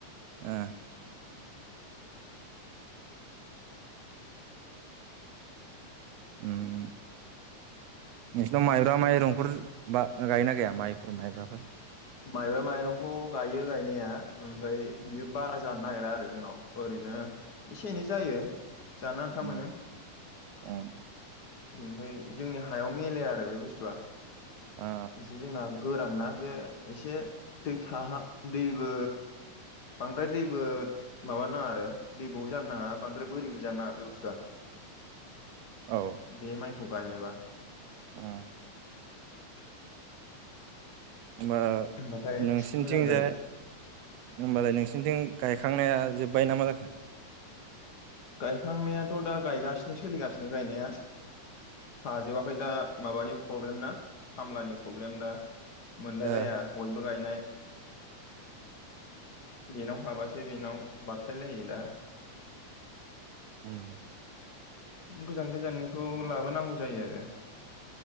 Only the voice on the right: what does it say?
ओ। उम नोंसिनाव माइब्रा माइरंफोर बा गायोना गाया माइफोर माइब्राफोर।
ओ
उम
उम
ओ
औ
उम ओ
नोंसिनिथिंजाय
होमबालाय नोंसिनिथिं गायखांनाया जोब्बाय ना मा जाखो?
ओ
उम -